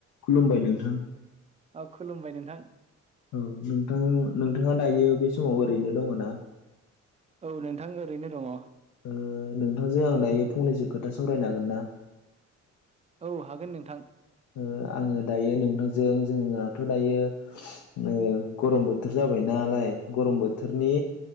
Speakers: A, on the left; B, on the right.
A: खुलुमबाय नोंथां
B: औ खुलुमबाय नोंथां
A: औ नोंथां नोंथाङा दायो बे समाव ओरैनो दङ ना
B: औ नोंथां ओरैनो दङ।
A: ओ नोंथांजों आं दायो फंनैसो खोथा सावरायनो हागोन ना?
B: औ हागोन नोंथां।
A: ओ आङो दायो नोंथांजों जोंनाथ' दायो ओ गरम बोथोर जाबायनालाय गरम बोथोरनि